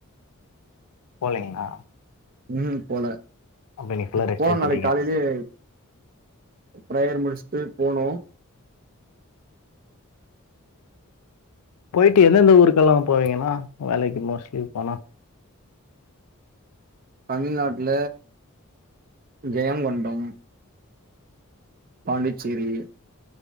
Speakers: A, on the left; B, on the right.
A: போலைங்ளா
B: ம் ஹூம் போல
A: இன்னைக்கு ஃபுல்லாக ரெஸ்ட்
B: போலா
A: எடுத்துட்டீங்க
B: நாளைக் காலையிலேயே பிரேயர் முடிச்ட்டு போனு
A: போய்ட்டு எந்தெந்த ஊருக்கெல்லா போவீங்கனா வேலைக்கு மோஸ்ட்லி போனா
B: தமிழ்நாட்ல ஜெயங்கொண்டம் பாண்டிச்சேரி